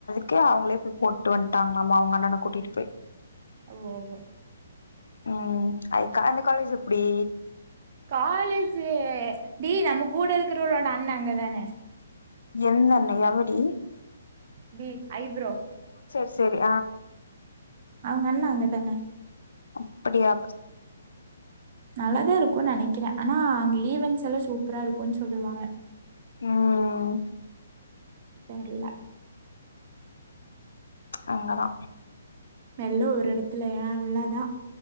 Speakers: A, on the left (about 80°); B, on the right (about 45°).
A: கு அவங்களே போய் போட்டு வந்ட்டாங்களாமா அவங்க அண்ணன கூட்டிட்டு போய்
B: ஓ ஓ
A: உம் அது க அந்த காலேஜ் எப்டி
B: காலேஜு டி நம்ம கூட இருக்கறவளோட அண்ண அங்க தான
A: எந்த அண்ண எவடி
B: டி ஐப்ரோ
A: செரி
B: அவங்கண்ணா அங்க தான
A: அப்படியா
B: நல்லாதா இருக்கு நெனைக் கிறே ஆனா அங்க ஈவன்ஸ் எல்லா சூப்பரா இருக்குன் சொல்லுவாங்க.
A: உம்
B: தெர்ல
A: அங்க தா
B: எல்லா ஒரு எடத்துலயா அவ்ளோ தா